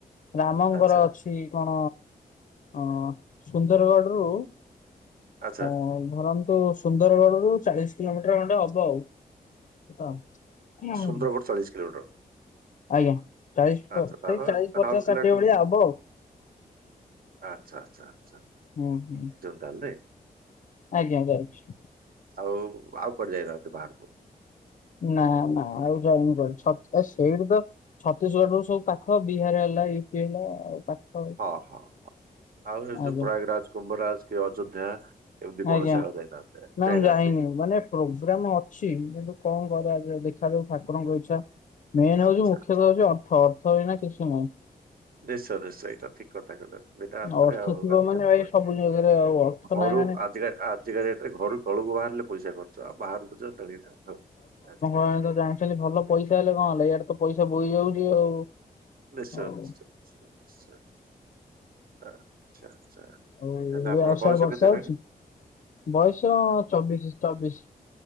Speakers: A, on the left; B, on the right.
A: ରାମଙ୍କର
B: ଆଚ୍ଛା
A: ଅଛି ସେଠି କଣ ଅ ସୁନ୍ଦରଗଡରୁୁ
B: ଆଚ୍ଛା।
A: ହଁ ଧରନ୍ତୁ ସୁନ୍ଦରଗଡ଼ରୁ ଚାଳିଶ କିଲୋମିଟର ଖଣ୍ଡେ ହବ ଆଉ। <unintelligible>
B: ସୁନ୍ଦରଗଡ଼ ଚାଳିଶ କିଲୋମିଟର?
A: ଆଜ୍ଞା ଚାଳିଶ
B: ଆଚ୍ଛା
A: ପ
B: ତାର
A: ସେଇ ଚାଳିଶ, ପଚାଶ,
B: ରାଉରକେଲାଠୁ
A: ଷାଠିଏ ଭଳିଆ ହବ ଆଉ।
B: ଆଚ୍ଛା ଆଚ୍ଛା ଆଚ୍ଛା।
A: ହୁଁ ହୁଁ।
B: ତାଲେ।
A: ଆଜ୍ଞା ଯାଉଚି।
B: ଆଉ ଆଉ କୁଆଡେ ଯାଇନାହାନ୍ତି ବାହାରକୁ?
A: ନା ନା ଆଉ ଯାଉନି କୁଆଡେ ଛ ଆ ସେଇଠୁ ତ ଛତିଶଗଡରୁ ସବୁ ପାଖ ବିହାର ହେଲା ୟୁପି ହେଲା ଆଉ ପାଖ
B: ଓହୋ ହ ଆଉ ଏଉ
A: ଆଜ୍ଞା
B: ଯଉ ପ୍ରୟାଗ ରାଜ୍ କୁମ୍ଭରାଜ୍ କି ଅଯୋଧ୍ୟା ଏମିତି କୌଣସି
A: ଆଜ୍ଞା
B: ଜାଗାକୁ ଯାଇନାହାନ୍ତି
A: ନା
B: ଯାଇନାହାନ୍ତି?
A: ମୁଁ ଯାଇନି ମାନେ ପ୍ରୋଗ୍ରାମ ଅଛି କିନ୍ତୁ କଣ କରିଆ ଦେଖାଯାଉ ଠାକୁରଙ୍କ ଇଚ୍ଛା। ମେନ
B: ଆଚ୍ଛା
A: ହଉଛି ମୁଖ୍ୟତଃ ହଉଛି ଅର୍ଥ ଅର୍ଥ ବିନା କିଛି ନାହିଁ।
B: ନିଶ୍ଚୟ ନିଶ୍ଚୟ ଏଇଟା ଠିକ୍ କଥା କହିଲେ ଆ ଏଟା ଅର୍ଥରେ
A: ଅର୍ଥ
B: ଆଉ
A: ଥିବ
B: ଆଜିକାଲି
A: ମାନେ ଭାଇ
B: କଆଡେ
A: ସବୁ ଜାଗାରେ ଆଉ ଅର୍ଥ
B: ଘରୁ
A: ନାହିଁ ମାନେ
B: ଆଜିକାଲି ଆ ଯେଗାହେତୁ ଘରୁ ତଳକୁ ବାହାରିଲେ ପଇସା ଖର୍ଚ୍ଚ ଆଉ ବାହାରକୁ <unintelligible>
A: ହଁ ଦା ଦା। ସେମିତି ଭଲ ପଇସା ହେଲେ କଣ ହେଲା ଇଆଡେ ତ ପଇସା ବୋହି ଯାଉଛି ଆଉ।
B: ନିଶ୍ଚୟ
A: ଆଉ
B: ନିଶ୍ଚୟ ନିଶ୍ଚୟ ନିଶ୍ଚୟ ଆଚ୍ଛା ଆଚ୍ଛା। ହେଲେ
A: ଆଉ ଏଇଭଳିଆ
B: ଆପଣଙ୍କ
A: ଆଉ ସିଆଡେ
B: ବୟଷ
A: ବର୍ଷା
B: କେତେ
A: ହଉଛି
B: ହେଲାଣୀ?
A: ବୟସ ଚବିଶି ଚବିଶି।